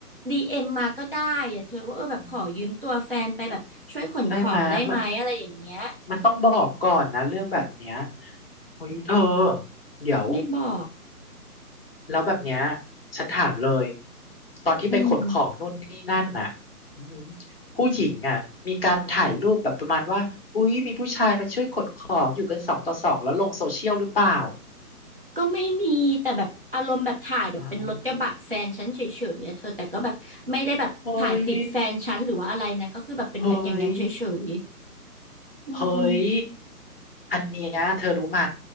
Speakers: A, on the right (about 40°); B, on the left (about 40°).
A: ดีเอ็มมาก็ได้อะเธอว่าเออแบบขอยืมตัวแฟนไปแบบช่วยขนของได้ไหมอะไรอย่างเงี้ย
B: อืมใช่ไหมมันมันต้องบอกก่อนนะเรื่องแบบเนี้ยอุ๊ยเธอเดี๋ยว
A: ไม่บอก
B: แล้วแบบเนี้ยฉันถามเลยตอนที่ไปขนของนู่นนี่นั่นน่ะอือหือ
A: อืม
B: ผู้หญิงอ่ะมีการถ่ายรูปแบบประมาณว่าอุ๊ยมีผู้ชายมาช่วยขนของอยู่กันสองต่อสองแล้วลงโซเชียลหรือเปล่า
A: ก็ไม่มีแต่แบบอารมณ์แบบถ่ายแบบเป็นรถกระบะแฟนฉันเฉยๆอะเธอแต่ก็แบบไม่ได้แบบถ่ายติดแฟนฉันหรือว่าอะไรนะก็คือแบบเป็นแบบอย่างนั้นเฉย
B: อ๋อเฮ้ยเฮ้ย
A: ๆอืม
B: เฮ้ย อันเนี้ยเธอรู้ไหม